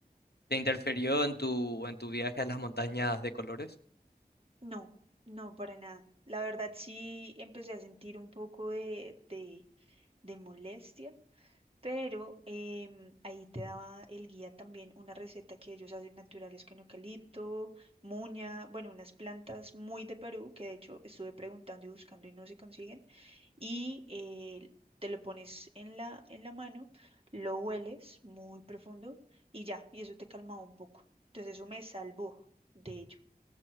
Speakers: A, on the left; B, on the right.
A: te interfirió en tu, en tu viaje a las montañas de colores?
B: No, no, para nada. La verdad sí empecé a sentir un poco de, de, de molestia, pero em, ahí te daba el guía también una receta que ellos hacen naturales con eucalipto, muña, bueno, unas plantas muy de Perú que de hecho estuve preguntando y buscando y no se consiguen. Y eh, te lo pones en la, en la mano, lo hueles muy profundo y ya, y eso te calmaba un poco. Entonces eso me salvó. de